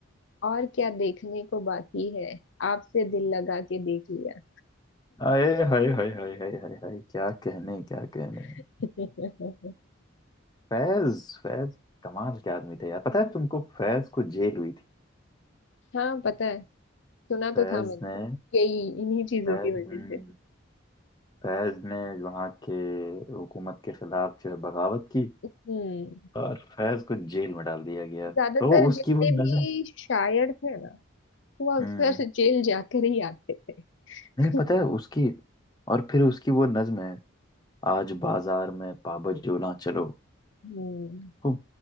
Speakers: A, on the left (about 60°); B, on the left (about 20°).
A: और क्या देखने को बाकी है आपसे दिल लगा के देख लिया
B: आए हाय हाय हाय हाय हाय हाय क्या कहने क्या कहने
A: <laughs>
B: फैज फैज कमाल के आदमी थे यार पता है तुमको फैज को जेल हुई थी
A: हाँ पता है सुना तो
B: फैज
A: था मैंने
B: ने
A: यही इन्हीं चीजों
B: फैज
A: की वजह
B: हम्म,
A: से
B: फैज ने वहाँ के हुकूमत के खिलाफ जो है बगावत की
A: हम्म
B: और फैज को जेल में डाल दिया गया
A: ज्यादातर
B: तो उसकी
A: जितने
B: वो
A: भी
B: नज्म
A: शायर थे ना वो
B: हम्म
A: अक्सर जेल जाकर ही आते थे
B: नहीं
A: <laughs>
B: पता है उसकी और फिर उसकी वो नज्म है आज बाजार में पाबजोला चलो
A: हम्म
B: वो